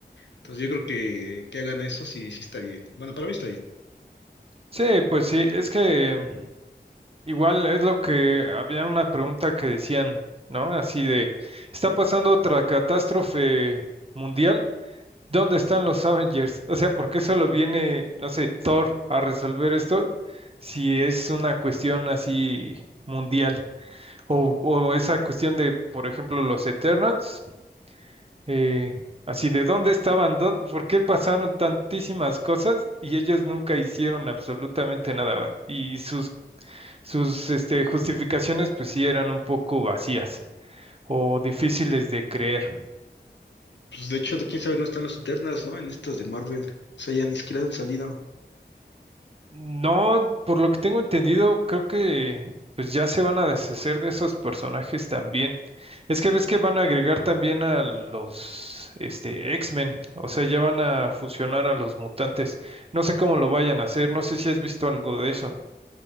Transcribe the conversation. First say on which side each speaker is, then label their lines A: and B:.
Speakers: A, on the left; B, on the right.
A: Entonces yo creo que que hagan eso sí, sí está bien. Bueno, para mí está bien.
B: Sí, pues sí, es que mm, igual es lo que había una pregunta que decían, ¿no? Así de, ¿está pasando otra catástrofe mundial? ¿Dónde están los Avengers? O sea, ¿por qué solo viene, no sé, Thor a resolver esto si es una cuestión así mundial? O, o esa cuestión de, por ejemplo, los Eternals, eh, así de dónde estaban, ¿Dó- por qué pasaron tantísimas cosas y ellos nunca hicieron absolutamente nada. Y sus, sus este, justificaciones, pues sí, eran un poco vacías o difíciles de creer.
A: Pues de hecho, quién sabe, no están los Eternas, ¿no? En estas de Marvel. O sea, ya ni siquiera han salido.
B: No, por lo que tengo entendido, creo que pues ya se van a deshacer de esos personajes también. Es que ves que van a agregar también a los este X-Men, o sea, ya van a fusionar a los mutantes. No sé cómo lo vayan a hacer, no sé si has visto algo de eso.